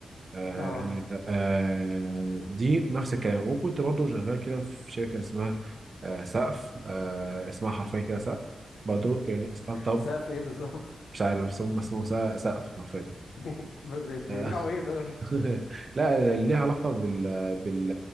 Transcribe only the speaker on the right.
آه،
آه، آه، دي نفس الكلام وكنت برضو شغال كده في شركة اسمها آه، سقف آه، اسمها حرفيا كده سقف برضو يعني ستارت اب
مش عارف اسمه بس اسمه سق- سقف حرفيا
لا
<laughs> لا، ليها علاقة بال بال